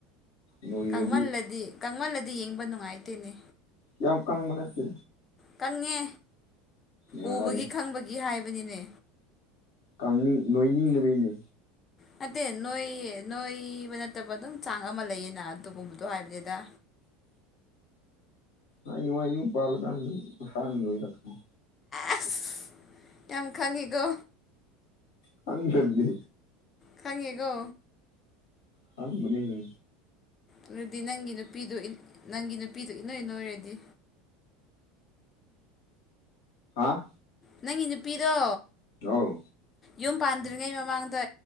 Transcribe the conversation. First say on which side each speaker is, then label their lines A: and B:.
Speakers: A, on the left; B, on the left.
A: ꯅꯣꯏꯔꯗꯤ
B: ꯀꯥꯡꯃꯜꯂꯗꯤ ꯀꯪꯃꯜꯂꯗꯤ ꯌꯦꯡꯕ ꯅꯨꯡꯉꯥꯏꯇꯦꯅꯦ
A: ꯌꯥꯝ ꯌꯥꯝ ꯀ ꯃꯅꯦꯇꯦ
B: ꯀꯪꯉꯦ
A: ꯌꯥꯔꯦ
B: ꯎꯕꯒꯤ ꯈꯪꯕꯒꯤ ꯍꯥꯏꯕꯅꯤꯅꯦ
A: ꯀꯥꯡꯅꯤꯡ ꯅꯣꯏꯅꯤꯡꯂꯤꯕꯤꯅꯤ
B: ꯅꯠꯇꯦ ꯅꯣꯏ ꯅꯣꯏꯕ ꯅꯠꯇꯕ ꯑꯗꯨꯝ ꯆꯥꯡ ꯑꯃ ꯂꯩꯌꯦꯅ ꯑꯗꯨꯒꯨꯝꯕꯗꯣ ꯍꯥꯏꯕꯅꯤꯗ
A: <unintelligible> ꯑ ꯍ꯭ꯌꯦꯒ ꯋꯥꯏ
B: ꯑꯁ ꯌꯥꯝ ꯈꯪꯉꯤꯀꯣ꯫
A: ꯈꯪꯗꯔꯝꯃꯤ
B: ꯈꯪꯉꯦꯒꯣ
A: ꯈꯪꯕꯅꯤ
B: ꯑꯗꯨꯗꯤ ꯅꯪꯒꯤ ꯅꯨꯄꯤꯗꯣ ꯏꯟ ꯅꯪꯒꯤ ꯅꯨꯄꯤꯗꯣ ꯏꯅꯣꯏ ꯅꯣꯏꯔꯗꯤ
A: ꯍꯥꯥ
B: ꯅꯪꯒꯤ ꯅꯨꯄꯤꯗꯣ
A: ꯑꯥꯎ
B: ꯌꯨꯝ ꯄꯥꯟꯗ꯭ꯔꯤꯉꯩ ꯃꯃꯥꯡꯗ